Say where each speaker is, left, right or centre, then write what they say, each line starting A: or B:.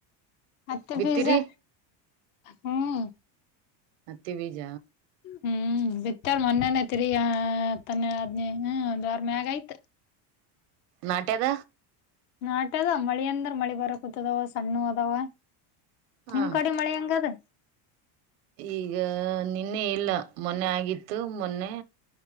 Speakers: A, on the left (about 25°); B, on the right (about 55°).
A: ಮತ್ತೆ
B: ಬಿತ್ತಿರಿ
A: ಪಿಸಾ ಹ್ಮ್
B: ಮತ್ತೆ ಬೀಜ
A: ಹ್ಮ್ ಹ್ಮ ಬಿತ್ತಾರ ಮೊನ್ನನೆೇ ತಿರಿ ತನ್ನ ಆದದ್ನಿ ಹ್ಮ ಒಂದ್ ವಾರ ಮಗ ಆಯ್ತ
B: ನಟ್ಯದ
A: ನಾಟ ಅದ ಮಳಿ ಅಂದ್ರ ಮಳಿ ಬರಕೂತದಾವ ಸಣ್ಣ ಅದಾವ
B: ಹ
A: ನಿಮ್ ಕಡೆ ಮಳೆ ಹೆಂಗದ
B: ಈಗ ನಿನ್ನೆ ಇಲ್ಲ ಮೊನ್ನೆ ಆಗಿತ್ತು ಮೊನ್ನೆ